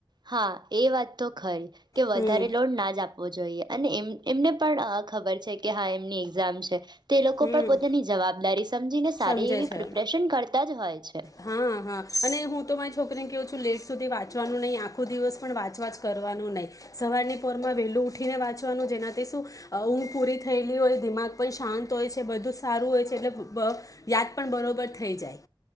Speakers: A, on the right; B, on the left.
A: હાં. એ વાત તો ખરી કે વધારે
B: હમ
A: લોડ ના જ આપવો જોઈએ. અને એમ એમને પણ અ, ખબર છે કે, હા, એમની એક્ઝામ છે. તે લોકો
B: હમ
A: પણ પોતાની જવાબદારી સમજીને સારી
B: સમજે
A: એવી
B: છે
A: પ્રિપ્રેશન કરતાં જ હોય છે.
B: હા હા અને હું તો મારી છોકરીને કહું લેટ સુધી વાંચવાનું નહીં, આખો દિવસ પણ વાચવાચ કરવાનું નહીં. સવારની પોરમાં વેલું ઉઠીને વાંચવાનું, જેનાથી સુ, અ ઊંઘ પૂરી થઈ ગઈ હોય, દિમાગ પણ શાંત હોય છે, બધું સારું હોય છે, એટલે બ, યાદ પણ બરોબર થઈ જાય.